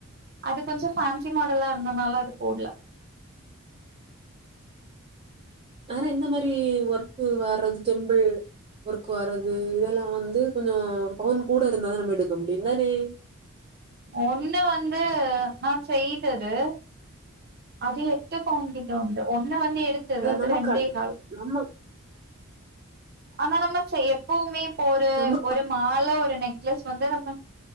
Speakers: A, on the right; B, on the right.
A: அது கொஞ்சோ ச்சிம் மாடலா இருந்தனால அது போடல
B: ஆற இந்த மாதிரி ஒர்க் கு வர்றது டெம்பிள் ஒர்க் வர்றது இதெல்லா வந்து கொஞ்சோ பவுன் கூட இருந்தான நம்ம எடுக்க முடியு தானே
A: ஒண்ணு வந்து நா செய்தது அது எட்டு பவுன் கிட்ட உண்டு ஒண்ணு வந் து எடுத்தது
B: இல்ல
A: அது
B: நம்ம
A: ரெண்டே
B: க
A: கால்
B: நம்ம
A: ஆனா நம்ம செய எப்பவுமே ஒரு
B: நம்ம
A: ஒரு மால ஒரு நெக்லஸ் வந்து நம்ம